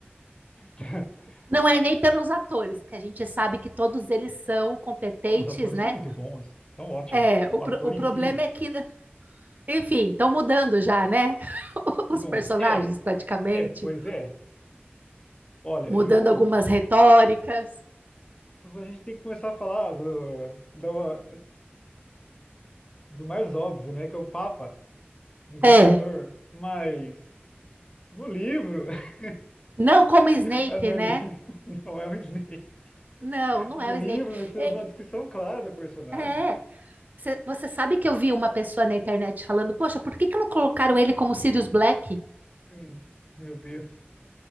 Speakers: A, on the left; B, on the right.
A: <laughs>
B: não é nem pelos atores, porque a gente sabe que todos eles são competentes,
A: Não, os atores
B: né?
A: são muito bons, são ótimos.
B: É, o,
A: O
B: pro-
A: ator
B: o problema
A: em si,
B: é que, né, enfim, estão mudando já, né? <laughs> Os
A: bom,
B: personagens,
A: é,
B: praticamente,
A: é, pois é. Olha,
B: mudando
A: eu.
B: algumas retóricas.
A: A gente tem que começar a falar do, do, do mais óbvio, né? Que é o Papa, um grande
B: É,
A: ator, mas no livro. <laughs>
B: não como Snape,
A: Ah, No
B: né?
A: livro, não é um Snape.
B: Não, não
A: No
B: é o
A: livro,
B: Snape.
A: nós temos
B: É,
A: uma descrição clara do personagem.
B: é. Cê- Você sabe que eu vi uma pessoa na internet falando, poxa, por que que não colocaram ele como Sirius Black?
A: Hum, Meu Deus.